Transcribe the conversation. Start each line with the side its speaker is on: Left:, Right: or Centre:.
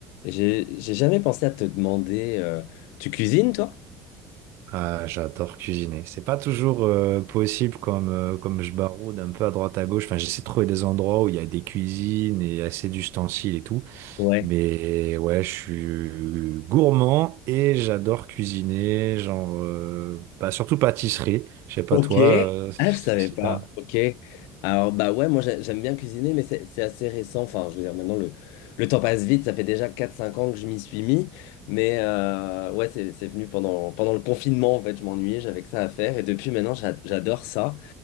Left: J'ai j'ai jamais pensé à te demander, euh, tu cuisines toi?
Right: Ah, j'adore cuisiner. C'est pas toujours euh, possible comme, euh, comme je baroude un peu à droite à gauche. Enfin, j'essaie de trouver des endroits où il y a des cuisines et assez d'ustensiles et tout.
Left: Ouais.
Right: Mais ouais, je suis gourmand et j'adore cuisiner. Genre, euh, bah, surtout pâtisserie. Je sais pas,
Left: Ok.
Right: toi, euh,
Left: Ah, je savais
Right: c'est
Left: pas.
Right: un...
Left: Ok. Alors bah ouais, moi j'a- j'aime bien cuisiner, mais c'est c'est assez récent. Enfin, je veux dire, maintenant le, le temps passe vite. Ça fait déjà quatre cinq ans que je m'y suis mis. Mais euh, ouais, c'est c'est venu pendant, pendant le confinement, en fait. Je m'ennuyais, j'avais que ça à faire. Et depuis maintenant, j'a- j'adore ça.